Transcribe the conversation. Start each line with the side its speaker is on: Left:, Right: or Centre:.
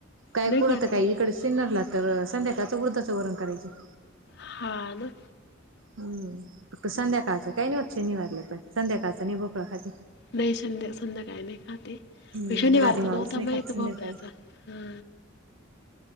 Right: काय
Left: नाही
Right: कुडंत
Left: करते
Right: काही इकडे सिन्नरला तर संध्याकाळचं उर्धचं वरण करायचे.
Left: हा ना.
Right: हम् फक्त संध्याकाळचं काही नाही होश निवारलं तरण संध्याकाळचं नाही भोकळा खात
Left: नाही संध्या संध्या काय नाही खाते
Right: हम्म
Left: पैशानीवारत
Right: दादी मावस
Left: नव्हता
Right: नाही
Left: माहित
Right: खात संध्याकाळी
Left: भोपऱ्याचा ह